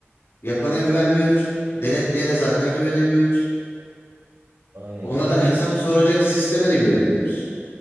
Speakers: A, on the left (about 70°); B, on the right (about 75°).
A: yapana güvenmiyoruz. Denetleyene zaten güvenemiyoruz.
B: Aynen
A: Onlardan
B: ya da
A: hesap
B: bir
A: soracak sisteme de güvenemiyoruz.